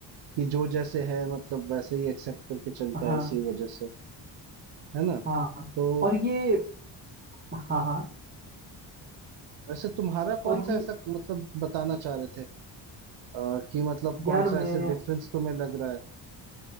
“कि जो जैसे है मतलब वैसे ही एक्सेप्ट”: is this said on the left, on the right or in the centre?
Right